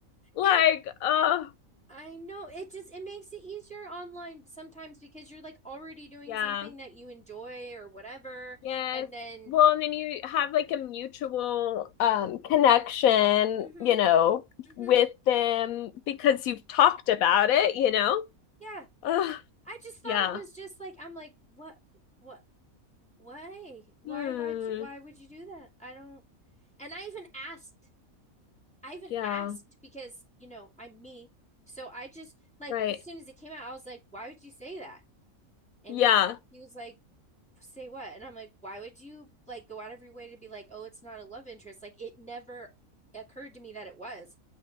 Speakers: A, on the left; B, in the centre.
A: like,
B: And it,
A: oh, uh,
B: I know it just it makes it easier online sometimes because you're like already doing
A: yeah.
B: something that you enjoy or whatever,
A: Yes.
B: and then
A: Well, and then you have like a mutual um, connection,
B: mm-hmm,
A: you know,
B: mm-hmm,
A: with them because you've talked about it, you know?
B: yeah.
A: Ugh,
B: I just thought
A: yeah.
B: it was just like I'm like what what why why
A: Hmm.
B: would you why would you do that? I don't and I even asked I even
A: Yeah.
B: asked because you know I'm me so I just like
A: Right.
B: as soon as it came out I was like why would you say that? And
A: Yeah.
B: he he was like say what? And I'm like why would you like go out of your way to be like oh it's not a love interest like it never occurred to me that it was